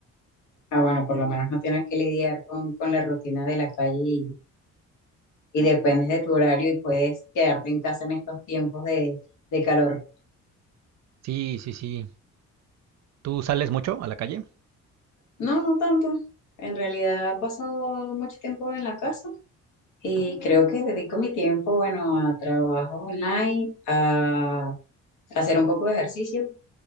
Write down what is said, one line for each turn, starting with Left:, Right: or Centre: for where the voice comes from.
Left: Ah, bueno, por lo menos no tienes que lidiar con, con la rutina de la calle y, y dependes de tu horario y puedes quedarte en casa en estos tiempos de, de calor.
Right: Sí, sí, sí. ¿Tú sales mucho a la calle?
Left: No, no tanto. En realidad he pasado mucho tiempo en la casa y creo que dedico mi tiempo, bueno, a trabajo online, a hacer un poco de ejercicio,